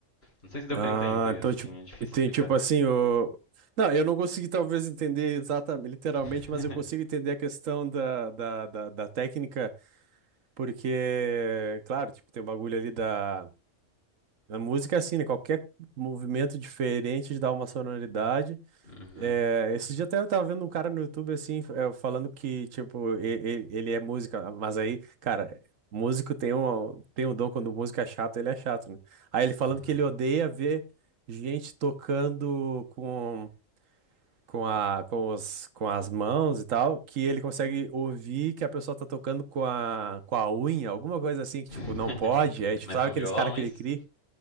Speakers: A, on the left; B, on the right.
A: Não sei se deu
B: Ah,
A: para entender,
B: então,
A: assim,
B: tipo,
A: é difícil
B: tem
A: explicar.
B: tipo assim, o. Não, eu não consegui talvez entender exatamente, literalmente,
A: <laughs>
B: mas eu consigo entender a questão da, da, da, da técnica, porque, claro, tipo, tem o bagulho ali da A música é assim, né? Qualquer movimento diferente dá uma sonoridade.
A: Uhum,
B: É, esse dia até eu tava vendo um cara no YouTube, assim, f- é, falando que, tipo, ele, ele é música, mas aí, cara, músico tem um, tem um dom, quando o músico é chato, ele é chato, né? Aí ele falando
A: uhum.
B: que ele odeia ver gente tocando com, com a, com os, com as mãos e tal, que ele consegue ouvir que a pessoa tá tocando com a, com a unha, alguma coisa assim, que,
A: <laughs>
B: tipo, não pode. Aí, tipo,
A: Mas
B: sabe
A: no
B: aqueles
A: violão,
B: caras que
A: é isso?
B: ele cria?